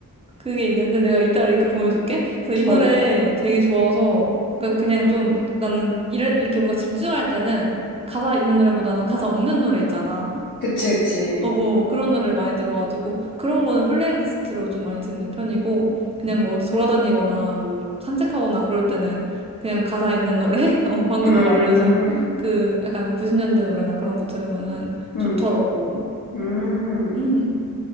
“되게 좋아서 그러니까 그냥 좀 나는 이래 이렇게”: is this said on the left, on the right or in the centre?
Right